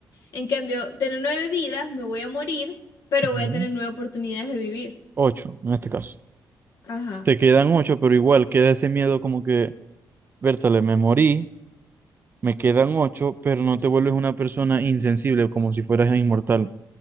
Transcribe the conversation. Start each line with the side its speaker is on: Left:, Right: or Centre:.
Left: En cambio, tener nueve vidas, me voy a morir, pero
Right: Ujú.
Left: voy a tener nueve oportunidades de vivir.
Right: Ocho, en este caso.
Left: Ajá,
Right: Te quedan ocho, pero igual queda ese miedo como que, vértale me morí, me quedan ocho, pero no te vuelves una persona insensible, como si fueras inmortal.